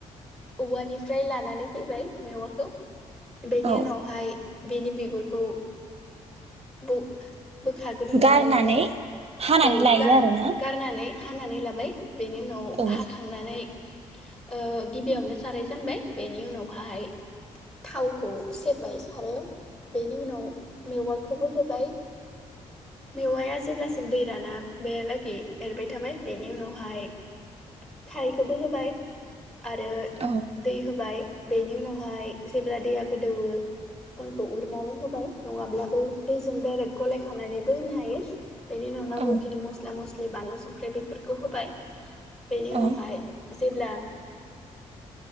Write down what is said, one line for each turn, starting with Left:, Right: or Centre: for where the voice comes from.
Centre: औवानिफ्राय लानानै फैबाय मेवाखौ । बेनि
Right: औ
Centre: उनावहाय बेनि बे फोरखौ बु बोखारग्रोनानै
Right: गारनानै
Centre: लाबाय
Right: हानानै
Centre: औ
Right: लायो
Centre: गार
Right: आरोना
Centre: गारनानै हानानै लाबाय । बेनि उनाव
Right: औ
Centre: हाखांनानै ओ गिबियावनो साराय जानबाय, बेनि उनावहाय थावखौ सेरबाय सारायाव, बेनि उनाव मेवा खौबो होबाय, मेवाया जेब्लासिम दै राना बेहालागै एरबाय थाबाय बेनि उनावहाय खारैखौबो होबाय आरो
Right: औ
Centre: दै होबाय बेनि उनावहाय जेब्ला दैया गोदौवो अनखौ उरनानै होबाय, नङाब्लाबो दैजों डाइरेक गलाय खानानैबो होनो हायो। बेनिनाव नांगौ
Right: औ
Centre: खिनि मस्ला मस लि बानलु संख्रै बेफोरखौ होबाय बेनि उनावहाय
Right: औ
Centre: जेब्ला